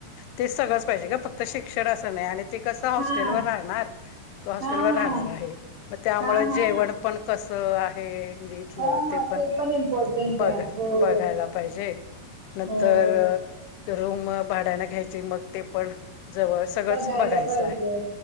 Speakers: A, on the left; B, on the right.
A: ते सगळंच पाहिजे का फक्त शिक्षण असं नाही आणि ते कसं हॉस्टेलवर
B: हा
A: राहणार. तो हॉस्टेलवरर
B: हा हा
A: राहणार आहे मग त्यामुळे
B: हा
A: जेवण
B: हा हा
A: पण कस आहे म्हणजे
B: हा हा
A: ते पण
B: इम्पॉर्टंट
A: बघ
B: आहे होय
A: बघायला. पाहिजे नंतर
B: होय.
A: रूम भाड्याना घ्यायचे मग ते पण जवळ सगळंच
B: बघायला
A: बघायचं
B: पाहिजे
A: आहे